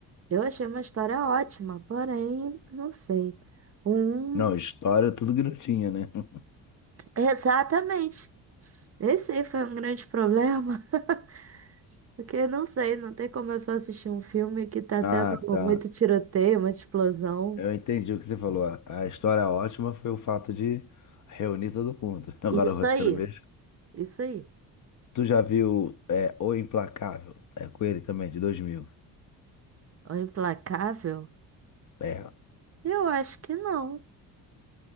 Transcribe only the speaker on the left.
Não, história, é tudo que não tinha, né? <laughs>
Ah,
tá.
Eu entendi o que você falou. A história ótima foi o fato de reunir todo mundo. <laughs> Agora
o roteiro
mesmo.
Tu já viu é, O Implacável? É com ele também, de 2000.
É,